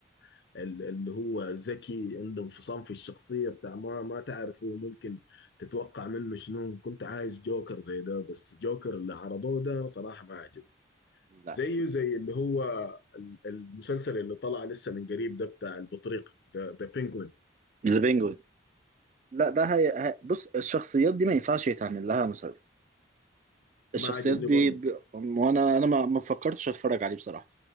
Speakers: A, on the left; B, on the right.
A: ال- اللي هو ذكي عنده انفصام في الشخصية بتاع ما ما تعرفه ممكن تتوقع منه شنو كنت عايز جوكر زي ده بس جوكر اللي عرضوه ده أنا صراحة ما عجبني
B: لا
A: زيه زي اللي هو ال- المسلسل اللي طلع لسه من قريب ده بتاع البطريق ذا ذا بينجوين
B: ذا بينجوين لا ده هي... هي... بص الشخصيات دي ما ينفعش يتعمل لها مسلسل الشخصيات
A: ما عجبني
B: دي
A: برضه
B: ب... وانا انا ما ما فكرتش اتفرج عليه بصراحه